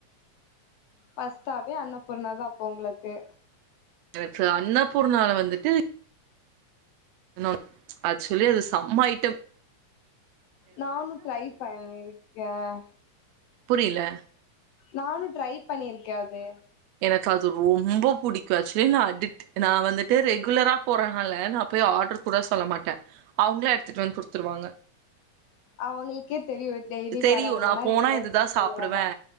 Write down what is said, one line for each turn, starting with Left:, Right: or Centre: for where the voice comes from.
Left: பஸ்டாவே அன்னபூர்ணாதான்ப்ப உங்களுக்கு
Right: எனக்கு அண்ணாபூர்னால வந்துட்டு நோ ஆக்சுலி அது செம்மயிட்டம்
Left: நானும் ட்ரை பணணிருக்கேன்
Right: புரில
Left: நானும் ட்ரை பண்ணிருக்கேன் அது
Right: எனக்கு அது ரொம்ப புடிக்கும் ஆக்சுலி நான நான வந்துட்டு ரெகுலரா போறதுனால நான போய் ஆர்டர் கூட சொல்ல மாட்டேன் அவங்கள எடுத்துட்டு வந்து கொடுத்துருவாங்க
Left: அவங்களுக்கே தெரியும் டெய்லி
Right: தெரியு
Left: வரவங்கனா
Right: நா போனா
Left: ரெகுலர்
Right: இதுதா
Left: கஸ்டமரா
Right: சாப்டுவே
Left: தான்